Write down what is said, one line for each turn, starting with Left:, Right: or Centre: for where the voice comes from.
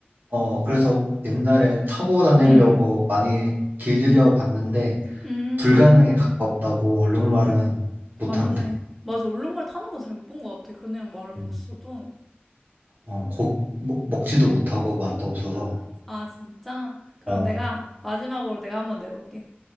Right: 어, 그래서 옛날에 타고 다니려고
Centre: 음.
Right: 많이 길들여 봤는데,
Centre: 음,
Right: 불가능에 가깝다고 얼룩말은 못한대.
Centre: 맞네. 맞아, 얼룩말 타는 거 잘 못 본 것 같아. 그냥 말은
Right: 음,
Centre: 봤어도.
Right: 어, 고, 먹, 먹지도 못하고 맛도 없어서,
Centre: 아, 진짜? 그럼
Right: 어,
Centre: 내가 마지막으로 내가 한번 내볼게.